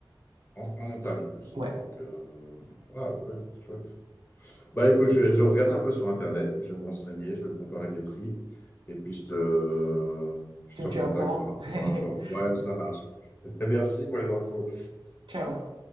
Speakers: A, on the left (about 30°); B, on the right (about 75°).
A: en, en montagne en plus.
B: Ouais,
A: Donc, euh, ah, un peu chouette. Bah écoute, je vais, je vais regarder un peu sur Internet, je vais me renseigner, je vais comparer les prix, et puis je te, euh, je
B: tu
A: te
B: me
A: recontacte
B: tiens au courant.
A: par, par rapport.
B: <laughs>
A: Ouais, ça marche. <laughs> Merci pour les infos.
B: Ciao.